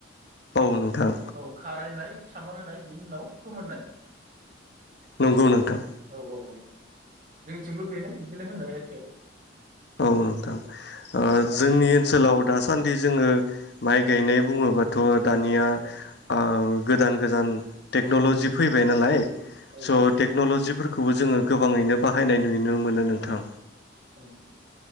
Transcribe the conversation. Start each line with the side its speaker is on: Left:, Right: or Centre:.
Left: औ नोंथां
Right: औ खारायनाय। सामार होनाय बेनि उनाव फोमोननाय।
Left: नंगौ
Right: औ
Left: नोंथां
Right: औ औ औ। जोंनिथिंबो बेनो बिदिनो होनो एखे।
Left: औ नोंथां। ओ जोंनि ओनसोलाव दासान्दि जोङो माइ गायनाय बुङोबाथ' दानिया ओ
Right: औ
Left: गोदान गोदान टेक्नलजि फैबाय नालाय।
Right: औ
Left: स टेक्नलजि जिफोरखौबो जोङो गोबाङैनो बा बाहायनाय नुनो मोनो
Right: औ
Left: नोंथां।
Right: औ